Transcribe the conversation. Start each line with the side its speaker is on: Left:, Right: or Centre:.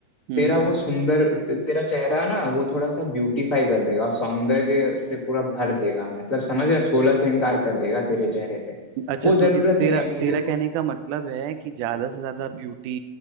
Right: हम्म
Left: तेरा
Right: हम्म
Left: वो सुंदर ते, तेरा चेहरा ना वो थोड़ा सा ब्यूटीफाई कर देगा सौंदर्य से पूरा भर देगा मतलब समझ रहे सोलह श्रृंगार कर देगा तेरे चेहरे पे
Right: अच्छा
Left: वो जरूरत
Right: तू कि तेरा
Left: नहीं है मुझे
Right: तेरा
Left: तो
Right: कहने का मतलब है कि ज्यादा से ज्यादा ब्यूटी